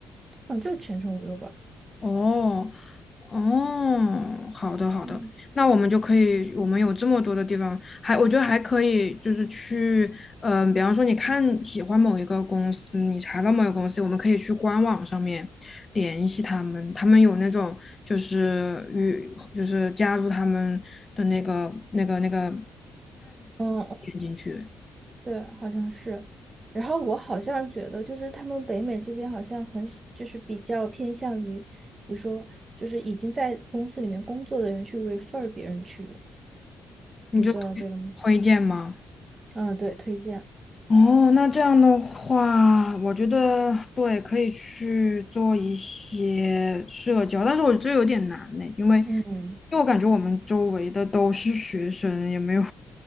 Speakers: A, on the right; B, on the left.
A: 它好像就是前程无忧吧？
B: 哦，哦，好的好的，
A: 嗯。
B: 那我们就可以，我们有这么多的地方，还我觉得还可以，就是去，嗯、比方说你看喜欢某一个公司，你查到某一个公司，我们可以去官网上面联系他们，他们有那种就是与就是加入他们的那个那个那个
A: 嗯哦嗯
B: 点进去，
A: 对，好像是。然后我好像觉得，就是他们北美这边好像很喜就是比较偏向于，比如说，就是已经在公司里面工作的人去 refer 别人去，
B: 你就
A: 你知道这个吗？
B: 推荐吗？
A: 嗯，对，推荐。
B: 哦，那这样的话，我觉得对，可以去做一些社交，但是我这有点难呢，因为因
A: 嗯，
B: 为我感觉我们周围的都是学生，也没有，